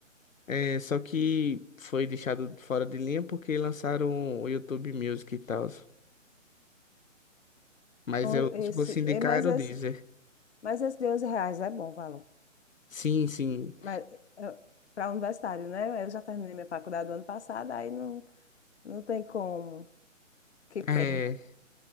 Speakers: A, on the left; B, on the left.
A: É, só que foi deixado fora de linha porque lançaram o YouTube Music e tal. Mas
B: Ou
A: eu,
B: Esse,
A: se fosse indicar,
B: é, mas,
A: era
B: esse,
A: o Deezer.
B: mas esse de 11 reais é bom o valor.
A: Sim, sim.
B: Mas para universitário, né? Eu já terminei minha faculdade do ano passado, aí não, não tem como. Que pena.
A: É,